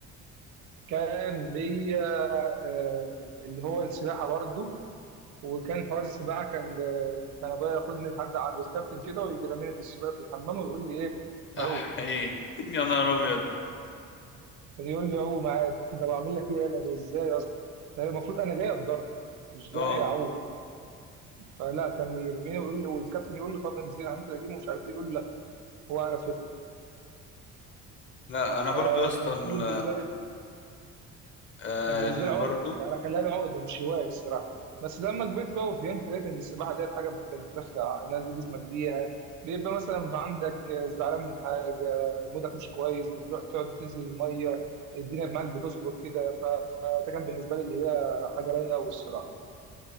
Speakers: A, on the right; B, on the left.
A: كان ليا آه، اللي هو السباحة برضه وكان حوار السباحة كان آه، كان أبويا ياخدني لحد عند الكابتن كده ويجي راميني في السباحة في الحمام ويقول لي إيه
B: اح
A: عوم
B: ايه <laughs> يا نهار ابيض
A: كان يقول لي عوم عادي <laughs> ده بعمل لك إيه أنا ده إزاي أصلا ده المفروض أنا جاي أتدرب مش
B: اه
A: جاي أعوم فلا كان يرميني ويقول لي والكابتن يقول له طب انزل هنزل أجيبه ومش عارف إيه يقول له لا هو عارف يطلع
B: لا انا برضو
A: فكانت
B: يا اسطى ال...
A: دي بالنسبة لي
B: آه،
A: كان بالنسبه
B: ال-
A: لي عقده
B: برضو
A: يعني انا خليها لي عقده مش هوايه الصراحه بس لما كبرت بقى وفهمت لقيت ان السباحه ديت حاجه بت- بترخي ع- ناس- جسمك بيها بيبقى مثلا عندك زعلان من حاجه مودك مش كويس بتروح تقعد تنزل الميه الدنيا معاك بتظبط كده فده كان بالنسبه لي اللي هي حاجه رايقه قوي الصراحه